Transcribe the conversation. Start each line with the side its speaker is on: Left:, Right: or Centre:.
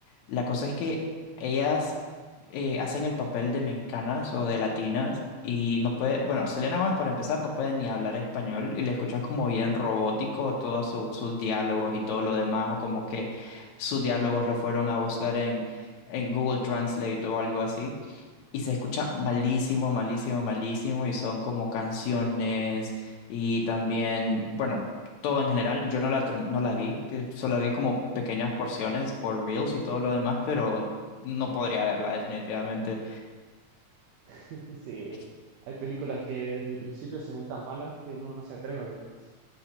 Left: La cosa es que ellas eh, hacen el papel de mexicanas o de latinas y no puede, bueno, Selena Gómez para empezar no puede ni hablar español y le escuchas como bien robótico todos su- sus diálogos y todo lo demás o como que sus diálogos lo fueron a buscar en, en Google Translate o algo así. Y se escucha malísimo, malísimo, malísimo. Y son como canciones y también, bueno, todo en general. Yo no la, term- no la vi, que solo vi como pequeñas porciones por Reels y todo lo demás, pero no podría verla definitivamente.
Right: <laughs> Sí,
Left: Es que-
Right: hay películas que desde el principio se ven tan malas que uno no se atreve a verlas.